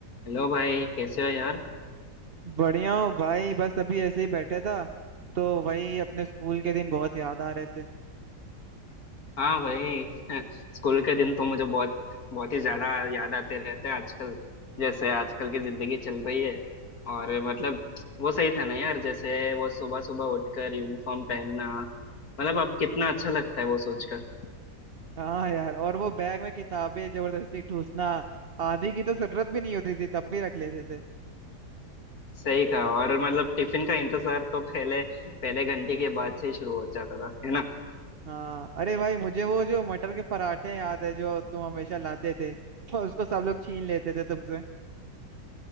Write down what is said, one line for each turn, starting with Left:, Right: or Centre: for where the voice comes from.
Left: Hello भाई कैसे हो यार
Right: बढ़िया हूँ भाई बस अभी ऐसे ही बैठा था तो वही अपने स्कूल के दिन बहुत याद आ रहे थे
Left: हाँ भाई <laughs> स्कूल के दिन तो मुझे बहुत बहुत ही ज्यादा याद आते रहते हैं आजकल जैसे आजकल की जिंदगी चल रही है और मतलब वो सही था ना यार जैसे वो सुबह सुबह उठकर यूनिफॉर्म पहनना मतलब अब कितना अच्छा लगता है वो सोचकर
Right: हाँ यार और वो बैग में किताबें जबरदस्ती ठूसना आधी की तो जरूरत भी नहीं होती थी तब भी रख लेते थे
Left: सही कहा और मतलब टिफिन का इंतजार तो पहले पहले घंटे के बाद से ही शुरू हो जाता था है ना
Right: हाँ अरे भाई मुझे वो जो मटर के पराठे याद है जो तुम हमेशा लाते थे और उसको सब लोग छीन लेते थे तुमसे